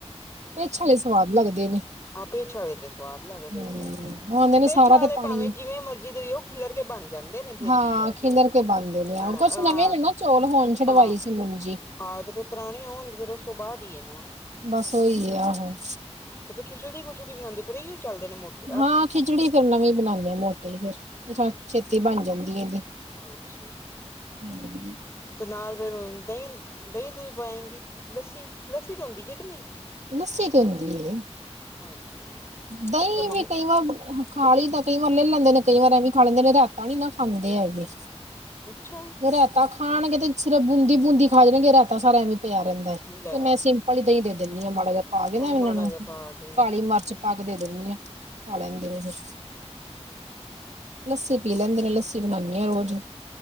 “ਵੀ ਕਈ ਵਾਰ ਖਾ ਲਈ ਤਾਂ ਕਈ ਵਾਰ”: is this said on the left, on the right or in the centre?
Right